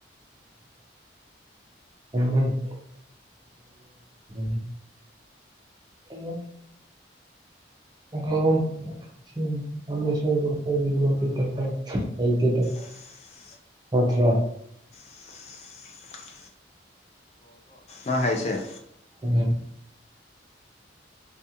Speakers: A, on the right; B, on the left.
A: ꯎꯝ <unintelligible> <unintelligible> ꯍꯂꯣ <unintelligible>
B: <unintelligible>
A: ꯅꯗ꯭ꯔꯥ
B: <unintelligible> ꯑ ꯍꯥꯏꯁꯦ
A: ꯎꯝ